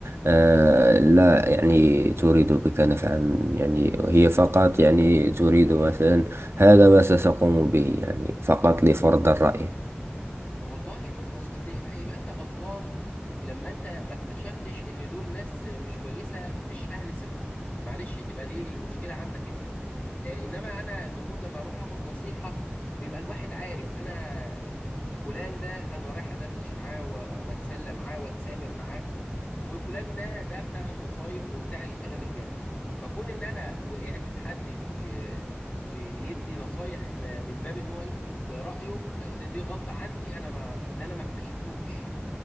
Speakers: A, on the right (about 75°); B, on the left (about 25°).
A: آه لا يعني تريد بك نفعا يعني هي فقط يعني تريد مثلا هذا ما ستقوم به يعني فقط لفرض الرأي
B: والله دول بص اصل يبقى, يبقى انت غلطان لما انت ما اكتشفتش ان دول ناس مش كويسه مش اهل ثقه معلش تبقى دي المشكله عندك انت آه، انما انا المفروض لما اروح اخد نصيحه بيبقى الواحد عارف انا آه، فلان ده انا رايح ادردش معاه و- واتسلى معاه واتسامر معاه وفلان ده ده بتاع النصايح وبتاع الكلام الجد فكون ان انا وقعت في حد بي بي- بيدي نصايح م- من باب ان هو يفرض رايه آه، ده دي غلطه عندي انا ما ما- ان انا ما اكتشفتوش